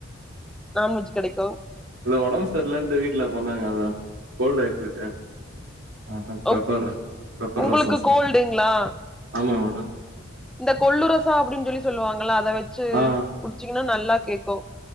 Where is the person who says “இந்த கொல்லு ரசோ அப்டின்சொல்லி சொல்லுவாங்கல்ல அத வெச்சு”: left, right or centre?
Centre